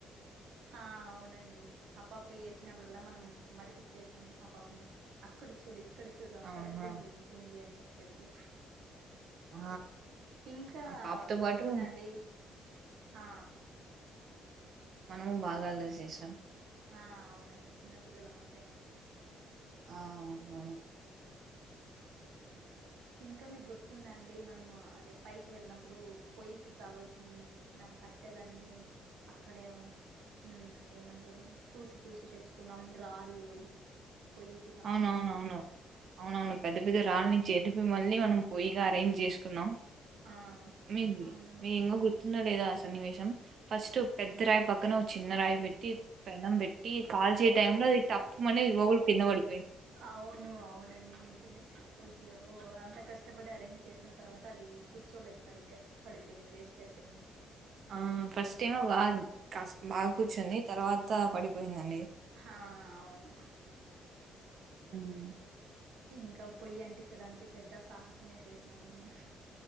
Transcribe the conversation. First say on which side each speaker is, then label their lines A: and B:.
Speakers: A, on the right; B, on the right.
A: హా అవునండి ఆ పప ఏడ్చినప్పుడల్లా మనం మరిపించేసినాం ఆ పాపని అక్కడ చూడు ఇక్కడ చూడు అక్కడది
B: అవును
A: ఉంది ఇది ఉంది అని చెప్పేసి
B: ఆ
A: ఇంకా
B: ఆ పాపతో
A: గుర్తుందా
B: పాటు
A: అండి హా
B: మనము బాగా అలరి చేసాం
A: ఆ అవునండి చిన్న పిల్లలం అయిపోయినాం
B: ఆహా
A: ఇంకా మీకు గుర్తుందా అండి మనము అదే పైకి వెళ్ళినప్పుడు పొయ్యికి కావల్సిన నాకు కట్టెలన్నీ అక్కడే హ్మ్ ఏమంటారు చూసి చూసి తెచ్చుకున్నాం రాళ్ళు పొయ్యికి సంబంధించి
B: అవునవునవును అవునవును పెద్ద పెద్ద రాళ్ళనీ చెటుపిమ్మల్ని మనం పొయిగా అరేంజ్ చేసుకున్నాం
A: ఆ
B: మీకు
A: అవునండి
B: మీ గుర్ పందో లేదా ఆ సన్నివేశం ఫస్ట్ పెద్ద రాయి పక్కన ఒక చిన్న రాయి పెట్టి పెనం పెట్టి పెటి కాచీ టైమ్ లో అది తప్పు మనీ లాగుల్ కిందా పడి
A: అవును అవునండి నిజమే అయ్యో అంత కష్టపడి అరేంజ్ చేసిన తర్వాత అది కూర్చోలేదు సరిగ్గా పడిపోయింది వేస్ట్ అయిపోయింది
B: ఆ ఫస్ట్ టైమ్ బాగా బాగా కూర్చుంది తర్వాత పడిపోయిందండి
A: హా అవును
B: అ
A: ఇంకా పొయ్యి అంటించడానికి పెద్ద సాహసమే చేసినాం మనం